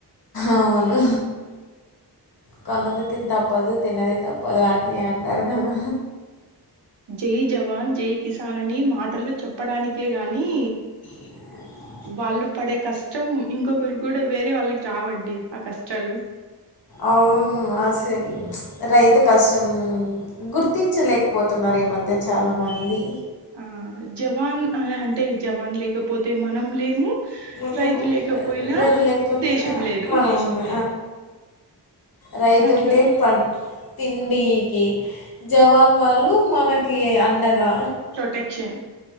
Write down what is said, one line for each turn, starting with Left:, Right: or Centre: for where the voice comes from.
Left: అవును కొన్నందుకి తప్పదు తినది తప్పదు అని అంటారు కదా
Right: జై జవాన్ జై కిసాన్ అని మాటల్లో చెప్పడానికే గాని
Left: <inaudible>
Right: వాళ్ళు పడే కష్టం ఇంకొకరు కూడా వేరే వాళ్ళకి రావండి ఆ కష్టాలు
Left: అవును అసలు రైతు కష్టం గుర్తించలేకపోతున్నారు మ ఈ మధ్య చాలా మంది
Right: ఆ జవాన్ అ అంటే జవాన్ లేకపోతే మనం లేము
Left: ముందేమో
Right: రైతు లేకపోయినా
Left: లేది లేకపోతే
Right: దేశం లేదు
Left: మనముంది రైతుంటే
Right: అట్లుంది
Left: ప తిండికి జవాన్ వాళ్ళు మన కయ అండగా
Right: ప్రొటెక్షన్